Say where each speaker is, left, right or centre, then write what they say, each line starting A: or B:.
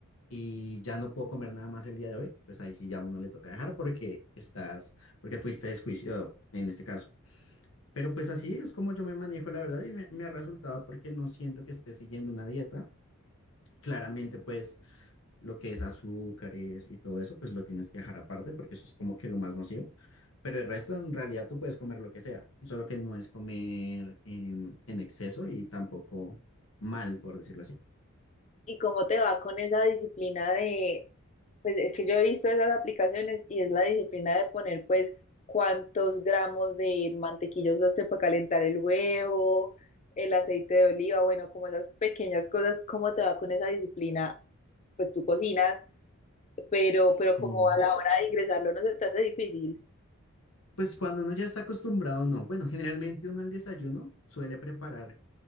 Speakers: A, on the left (about 65°); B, on the left (about 30°).
A: y ya no puedo comer nada más el día de hoy. Pues ahí sí ya a uno le toca dejar porque estás, porque fuiste desjuiciado en este caso. Pero pues así es como yo me manejo, la verdad, y me, me ha resultado porque no siento que esté siguiendo una dieta. Claramente, pues lo que es azúcares y todo eso, pues lo tienes que dejar aparte porque eso es como que lo más nocivo. Pero el resto, en realidad, tú puedes comer lo que sea, solo que no es comer em, en exceso y tampoco mal, por decirlo así.
B: ¿Y cómo te va con esa disciplina de, pues es que yo he visto esas aplicaciones y es la disciplina de poner pues cuántos gramos de mantequilla usaste para calentar el huevo, el aceite de oliva, bueno, como esas pequeñas cosas, ¿cómo te va con esa disciplina? Pues tú cocinas, pero,
A: Sí.
B: pero como a la hora de ingresarlo no se te hace difícil.
A: Pues cuando uno ya está acostumbrado, no. Bueno, generalmente uno al desayuno suele preparar